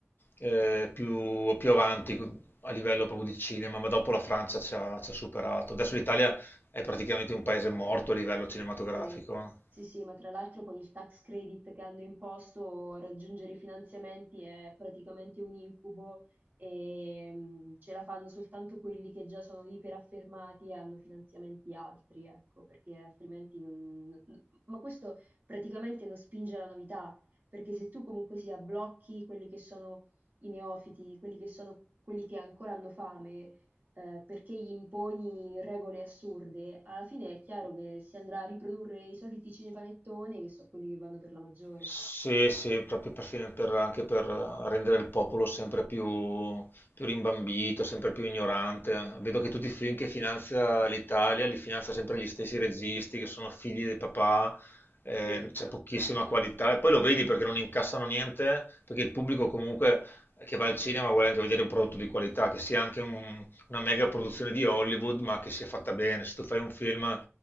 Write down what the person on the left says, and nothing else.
eh, più, più avanti a livello proprio di cinema, ma dopo la Francia ci ha, ci ha superato. Adesso l'Italia è praticamente un paese morto a livello cinematografico.
eh.
Sì, sì, proprio per fine- per- anche per eh, rendere il popolo sempre più, più rimbambito, sempre più ignorante. Vedo che tutti i film che finanzia l'Italia li finanzia sempre gli stessi registi che sono figli dei papà, eh,
c'è pochissima qualità e poi lo vedi perché non incassano niente, perché il pubblico comunque che va al cinema vuole anche vedere un prodotto di qualità, che sia anche un- una mega produzione di Hollywood, ma che sia fatta bene. Se tu fai un film